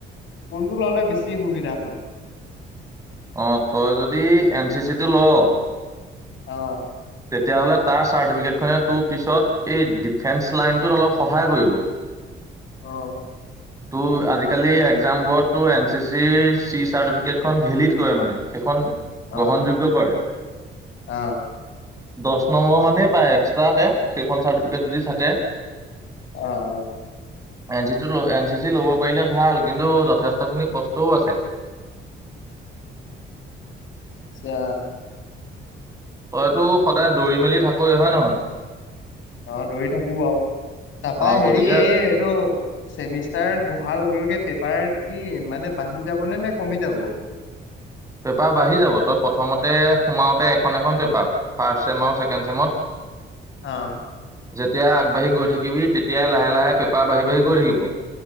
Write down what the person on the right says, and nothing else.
অ তই যদি এন চি চি টো লও
তেতিয়াহ'লে তাৰ চাৰ্টিফিকেটখনে তোৰ পিছত এই ডিফেন্স লাইনটোত অলপ সহায় কৰিব
ত' আজিকালি একজামবোৰত এন চি চিৰ চি চৰ্টিফিকেট খন ভেলিড কিয় মানে সেইখন,
গ্ৰহণযোগ্য পৰে
দচ নম্বৰ মানেই পায় এক্সট্ৰাকে, সেইখন চাৰ্টিফিকেট যদি থাকে।
এন চি ল', এন -চি -চি ল'ব পাৰিলে ভাল কিন্তু যথেষ্টখিনি কষ্টও আছে।
তইতো সদায় দৌৰি মেলি থাকৱে হয়- নহয়?
অ
গতিকে
পেপাৰ বাঢ়ি যাব, তই প্ৰথমতে সোমাওতে এখন এখন পেপাৰ ফাৰ্ষ্ট ছেম আৰু ছেকেণ্ড ছেমত।
যেতিয়া আগবাঢ়ি গৈ থাকিবি, তেতিয়াই লাহে- লাহে পেপাৰ বাঢ়ি -বাঢ়ি গৈ থাকিব।